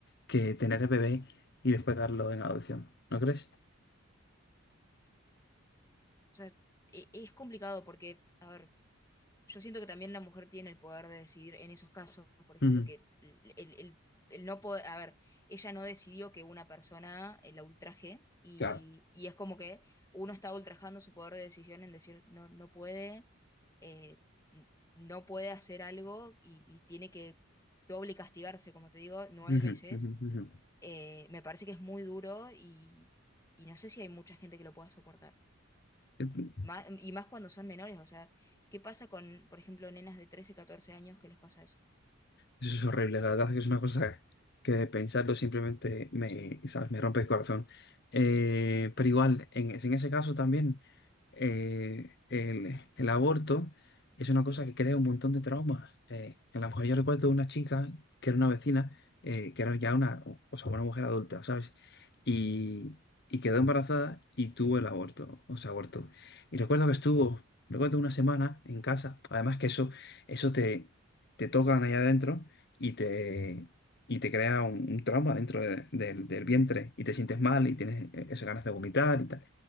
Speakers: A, on the left; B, on the left.
A: que tener el bebé y después darlo en adopción. ¿No crees?
B: O sea, e- es complicado porque, a ver, Yo siento que también la mujer tiene el poder de decidir en esos casos, por ejemplo,
A: Ujú,
B: que el, el- el- el no poder, a ver, ella no decidió que una persona eh, la ultraje y,
A: Claro.
B: y es como que uno está ultrajando su poder de decisión en decir, no, no puede, eh, n- no puede hacer algo y, y tiene que doble castigarse, como te digo, nueve
A: ujú,
B: meses.
A: ujú,
B: Eh, me parece que es muy duro y, y no sé si hay mucha gente que lo pueda soportar.
A: ujú.
B: Má- y más cuando son menores, o sea, ¿qué pasa con, por ejemplo, nenas de 13 14 años que les pasa eso?
A: Eso es horrible, la verdad es que es una cosa que de pensarlo simplemente me, ¿sabes? me rompe el corazón. Eh, pero igual, en, en ese caso también, eh, el, el aborto es una cosa que crea un montón de traumas. Eh, a lo mejor yo recuerdo de una chica que era una vecina, eh, que era ya una, o sea, una mujer adulta, ¿sabes? Y, y quedó embarazada y tuvo el aborto, o sea, aborto. Y recuerdo que estuvo, recuerdo una semana en casa, además que eso, eso te, te tocan allá adentro y te, y te crea un, un trauma dentro de- del del vientre y te sientes mal y tienes eh, esas ganas de vomitar y tal.